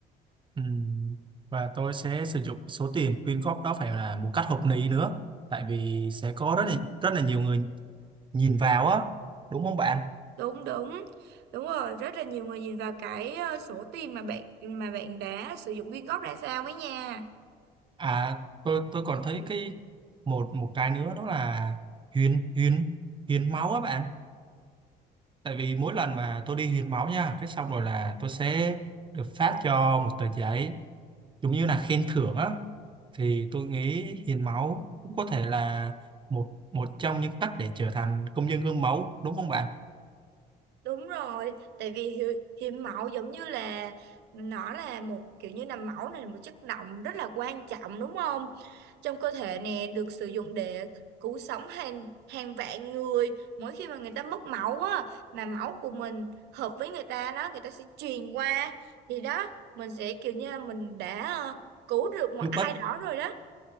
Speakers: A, on the right; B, on the right.
A: ừ. Và tôi sẽ sử dụng số tiền quyên góp đó phải là một cách hợp lý nữa tại vì sẽ có rất là rất là nhiều người nhìn vào á đúng không bạn?
B: đúng đúng đúng rồi rất là nhiều người nhìn vào cái ờ, số tiền mà bạn mà bạn đã sử dụng quyên góp ra sao ấy nha
A: À tôi tôi còn thấy cái một một cái nữa đó là hiến hiến hiến máu á bạn tại vì mỗi lần mà tôi đi hiến máu nha cái xong rồi là tôi sẽ được phát cho một tờ giấy giống như là khen thưởng á thì tôi nghĩ hiến máu cũng có thể là một một trong những cách để trở thành công dân gương mẫu đúng không bạn
B: đúng rồi tại vì hiến, hiến máu giống như là nó là một kiểu như là máu này là một chất động rất là quan trọng đúng không trong cơ thể nè được sử dụng để cứu sống hàng hàng vạn người mỗi khi mà người ta mất máu á mà máu của mình hợp với người ta đó người ta sẽ truyền qua thì đó mình sẽ kiểu như là mình đã ờ, cứu được một
A: giúp
B: ai
A: ích
B: đó rồi đó